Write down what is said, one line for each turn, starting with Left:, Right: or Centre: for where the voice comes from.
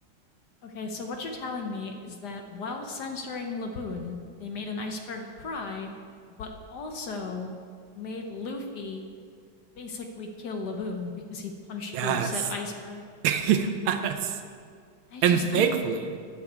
Left: Okay, so what you're telling me is that while censoring Laboon, they made an iceberg cry, but also made Luffy basically kill Laboon because he punched
Right: Yes,
Left: through said iceberg.
Right: <laughs> yes.
Left: I
Right: And
Left: just,
Right: thankfully,
Left: I,